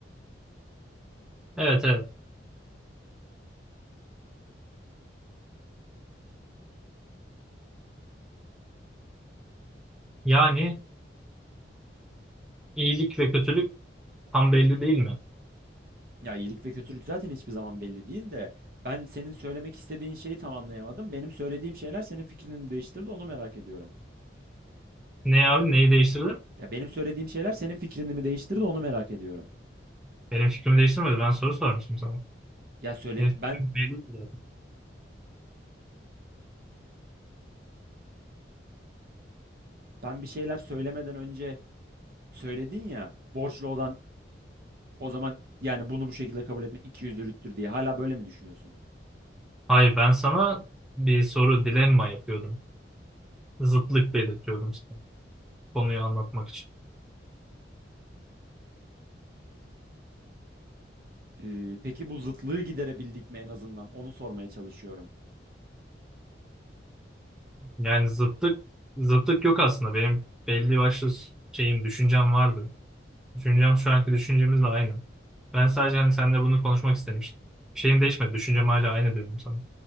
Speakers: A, in the centre; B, on the right.
A: Evet evet. Yani iyilik ve kötülük tam belli değil mi?
B: Ya iyilik ve kötülük zaten hiçbir zaman belli değil de ben senin söylemek istediğin şeyi tam anlayamadım. Benim söylediğim şeyler senin fikrini mi değiştirdi onu merak ediyorum.
A: Ne abi neyi değiştirdi?
B: Ya benim söylediğim şeyler senin fikrini mi değiştirdi onu merak ediyorum.
A: Benim fikrimi değiştirmedi. Ben soru sormuştum sana.
B: Ya söyle
A: Benim
B: ben
A: fikrim belli değil.
B: ben bir şeyler söylemeden önce söyledin ya borçlu olan O zaman yani bunu bu şekilde kabul etmek ikiyüzlülüktür diye hala böyle mi düşünüyorsun?
A: Hayır ben sana bir soru dilemma yapıyordum. Zıtlık belirtiyordum sana. Konuyu anlatmak için.
B: Ee, peki bu zıtlığı giderebildik mi en azından? Onu sormaya çalışıyorum.
A: Yani zıtlık zıtlık yok aslında. Benim belli başlı şeyim, düşüncem vardı. Düşüncem şu anki düşüncemizle aynı. Ben sadece hani seninle bunu konuşmak istemiştim. Şeyim değişmedi. Düşüncem hala aynı diyorum sana.